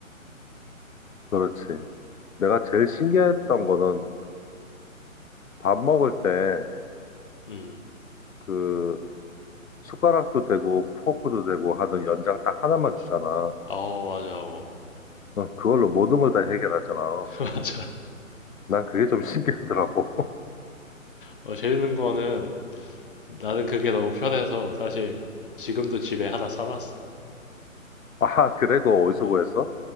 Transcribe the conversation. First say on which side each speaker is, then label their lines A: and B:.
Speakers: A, on the left; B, on the left.
A: 그렇지. 내가 제일 신기했던 거는 밥 먹을 때
B: 음.
A: 그 숟가락도 되고 포크도 되고 하는 연장 딱 하나만 주잖아.
B: 아 맞아 어.
A: 어, 그걸로 모든 걸 다 해결하잖아.
B: <laughs> 맞아.
A: 난 그게 좀 신기하더라고.
B: 어, 재밌는 거는 나는 그게 너무 편해서 사실 지금도 집에 하나 사놨어.
A: <laughs> 아, 그래? 그거 어디서
B: 어,
A: 구했어?